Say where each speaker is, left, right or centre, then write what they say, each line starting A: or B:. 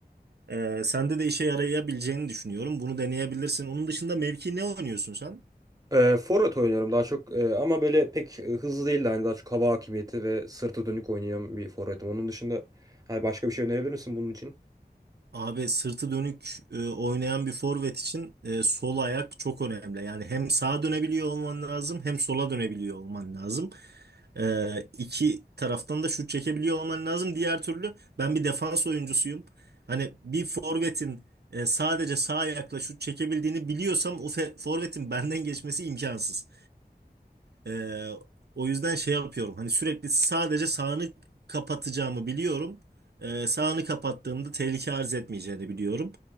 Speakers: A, on the right (about 80°); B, on the right (about 20°).
A: E, sende de işe yarayabileceğini düşünüyorum. Bunu deneyebilirsin. Onun dışında mevki ne oynuyorsun sen?
B: E, forvet oynuyorum daha çok E, ama böyle pek e, hızlı değil de hani daha çok hava hakimiyeti ve sırtı dönük oynayan bir forvetim. Onun dışında hani başka bir şey önerebilir misin bunun için?
A: Abi sırtı dönük e, oynayan bir forvet için e, sol ayak çok önemli. Yani hem sağa dönebiliyor olman lazım hem sola dönebiliyor olman lazım. Ee, iki taraftan da şut çekebiliyor olman lazım. Diğer türlü ben bir defans oyuncusuyum. Hani bir forvetin e, sadece sağ ayakla şut çekebildiğini biliyorsam o fe- forvetin benden geçmesi imkansız. Ee, o yüzden şey yapıyorum. Hani sürekli sadece sağını kapatacağımı biliyorum. Ee, sağını kapattığımda tehlike arz etmeyeceğini biliyorum.